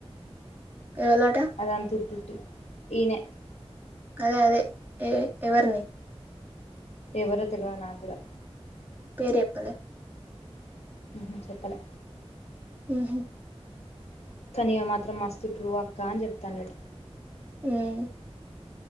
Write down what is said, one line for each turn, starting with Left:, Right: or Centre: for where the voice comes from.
Right: ఎవలట
Left: అదంతా ఉట్టి ఉట్టి ఈనె
Right: అదే అదే ఎవరిని
Left: ఎవరో తెలువది నా కూడా
Right: పేరు చెప్పలే
Left: ఉహు చెప్పలే
Right: ఉహు
Left: కాని ఇది మాత్రం మస్తు ట్రూ అక్క అని చెప్తాండట.
Right: ఉం